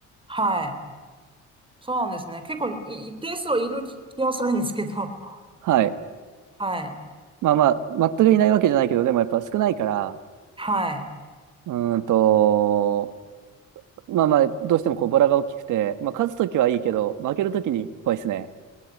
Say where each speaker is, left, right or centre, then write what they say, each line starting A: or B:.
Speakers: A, on the right; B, on the right.
A: はい。そうなんですね。結構い一定数はいる気、気はするんですけど。<laughs>
B: はい。
A: はい。
B: まあまあ、全くいないわけじゃないけど、でもやっぱ少ないから、
A: はい。
B: うーんと、まあまあ、どうしてもこうボラが大きくて、まあ、勝つときはいいけど、負けるときに怖いですね。